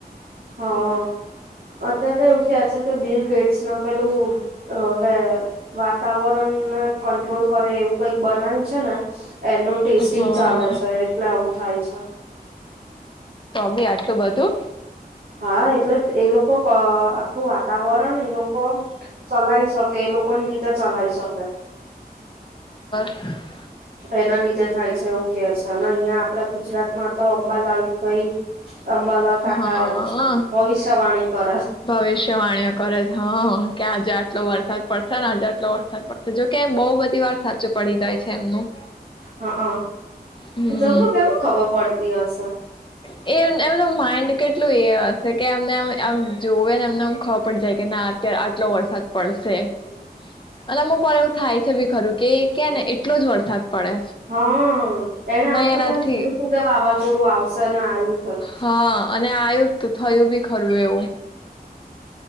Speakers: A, on the right (about 60°); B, on the left (about 30°).
A: હા. અત્યારે તો એવું કે છે કે બિલ ગેટ્સ ના પેલું અ વેર વાતાવરણને કંટ્રોલ કરે એવું કઈક બનાવ્યું છે. હે ન એનું ટેસ્ટિંગ
B: હા
A: ચાલે છે એટલે આવું થાય છે.
B: તોબી આટલું બધું.
A: હા એટલે એ લોકો ક. આખું વાતાવરણ એ લોકો ચલાય શકે એ લોકો ની રીતે ચલાય શકે.
B: હ
A: એના લીધે થાય છે એવું કે છે અને અહિયાં આપડા ગુજરાત મા તો અંબાલાલ ભાઈ અંબાલાલ કાકા
B: હા અ
A: ભવિષ્યવાણી કરે
B: ભવિષ્યવાણીઓ કરે છે હ કે આજે આ. એટલો વરસાદ પડશે ને આજા આટલો વરસાદ પડશે જોકે બહ બધી વાર સાચું પડી જાય છે એમનું.
A: હા
B: હમ
A: અ જબરું કેમ ખબર પડતી હશે.
B: એ એમનું માઇન્ડ કેટલું એ હશે કે એમને આમ જોવેને એમનેમ ખબર પડ જાય કે ના અત્યારે આટલો વરસાદ પડશે અને અમુક મા એવું થાય છે ભી ખરું કે કે ને એટલો જ વરસાદ. પડે
A: હા એણે આ
B: નહી
A: વખત
B: એનાથી
A: કીધું તું કે વાવાઝોડું આવશે. ને આવ્યું ખરું
B: હા અને આયુ તો થયું બી ખરું એવું